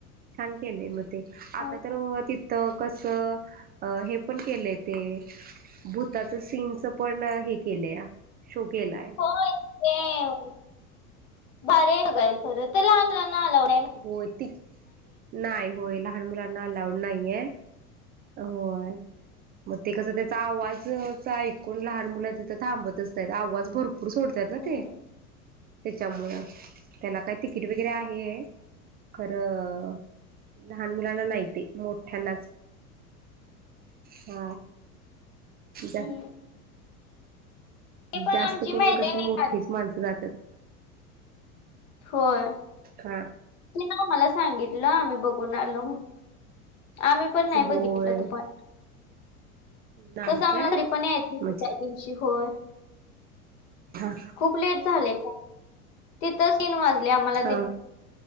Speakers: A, on the right (about 25°); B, on the left (about 60°).
A: छान केलंय मग ते आता
B: हं.
A: तर तिथं कस. अ हे पण केलंय ते भूताचं सीनच पण हे केलया. शो केलाय.
B: हो बार बघाईल खरं तर लहान लहान आला.
A: होय ती नाही होय लहान मुलांना अलाउड नाहीये. होय मग ते कसं त्याचा आवाजच ऐकून लहान मुला थ थांबतच नाहीत आवाज भरपूर सोडतात ना
B: हम्म,
A: ते. त्याच्यामुळं त्याला काय तिकीट वगैरे आहे. खरं लहान मुलांना नाही ते मोठ्यांनाच. हा जा
B: हम्म. ते पण
A: जास्त
B: आमची
A: करून
B: मैत्रीण
A: कशी
B: नाही
A: मोठीच
B: काढत
A: माणसं जातात.
B: होय
A: हा
B: नाही मला सांगितलं आम्ही बघून आलो म्हणून. आम्ही पण नाही
A: होय.
B: बघितलं तू पण
A: नाही
B: कसं आम्हाला
A: काय
B: घरी पण येत नाही
A: म्हणजे
B: त त्या दिवशी होय.
A: हा.
B: खूप लेट झालं तिथेच तीन वाजले आम्हाला.
A: हा